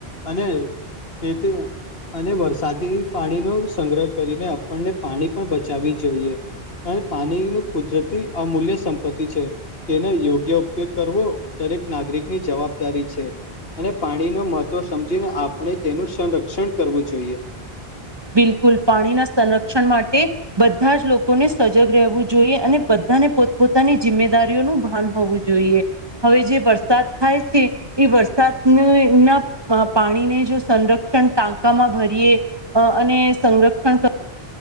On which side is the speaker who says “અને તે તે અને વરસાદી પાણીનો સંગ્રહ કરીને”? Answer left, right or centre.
Left